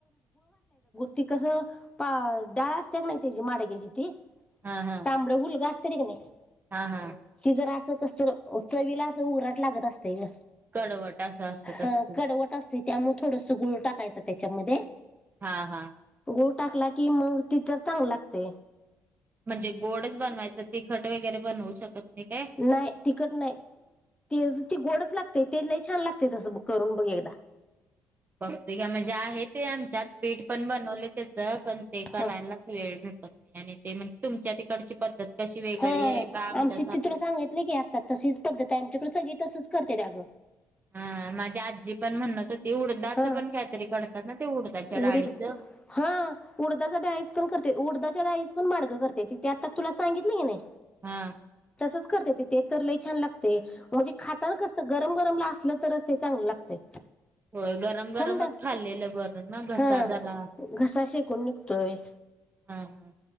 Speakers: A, on the left; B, on the right.
A: ती कसं डाळ असते का नाही त्याची माडग्याची ती
B: हा हा
A: तांबड हुलग असत्याती नाही
B: हा हा
A: ती जर असं कस तर चवीला अस उराट लागत असते ग
B: कडवट असं असत
A: ह
B: असतील
A: कडवट असते. त्यामुळे थोडंस गुळ टाकायचं त्याच्यामध्ये
B: हा हा
A: गुळ टाकला की मग ति तर चांगल लागते.
B: म्हणजे गोडच बनवायचं तिखट वगैरे बनवू शकत. नाही काय
A: नाही तिखट नाही. ते ती गोडच लागते तेला छान लागते तसं करून बघ एकदा.
B: बघत का म्हणजे आहे ते आमच्यात पीठ पण बनवले त्याच पण ते करायलाच
A: हा
B: वेळ भेटत नाही आणि ते म्हणजे तुमच्या तिकडची पद्धत कशी वेगळी
A: हा
B: आहे का आमच्यासारखं
A: आमची ती तुला सांगितली की आता तशीच पद्धत आहे आमच्याकडे सगळी तसच कर त्यात आगं
B: हा माझी आजी पण म्हणत होती. ते उडदाचं
A: हा
B: पण काहीतरी करतात ना ते उडदाच्या
A: उडीद
B: डाळीचं.
A: हा उडदाचा डाळीस पण करते उडदाच्या डाळीस पण माडग करते तिथ ते आता तुला सांगितलं की नाही.
B: हा.
A: तसंच करते ते ते तर लई छान लागते म्हणजे खाताना कस गरम गरमला असलं तरच ते चांगलं लागतय.
B: होय गरम गरमच
A: थंड
B: खाल्लेलं बर ना घसा
A: हा
B: जरा.
A: घसा शेकून निघतोय.
B: हा हा.